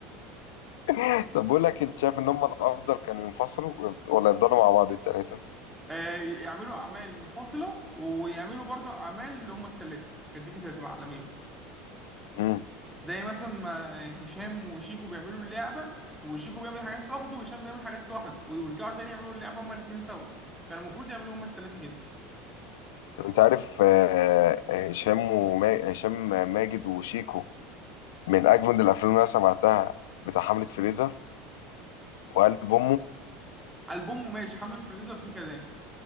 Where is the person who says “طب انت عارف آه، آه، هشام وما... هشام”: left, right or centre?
Left